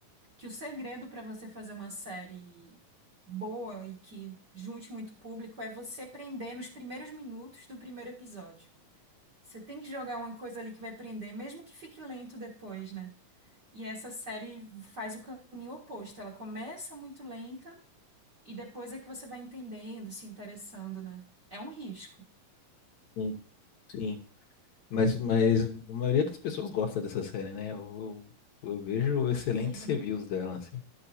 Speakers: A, on the right; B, on the left.
A: que o segredo para você fazer uma série boa e que junte muito público é você prender nos primeiros minutos do primeiro episódio. Você tem que jogar uma coisa ali que vai prender, mesmo que fique lento depois, né? E essa série faz o caminho oposto. Ela começa muito lenta e depois é que você vai entendendo, se interessando, né? É um risco.
B: Sim. Sim. Mas, mas a maioria das pessoas gosta dessa série, né? Eu, eu vejo excelentes
A: Sim.
B: reviews dela, assim.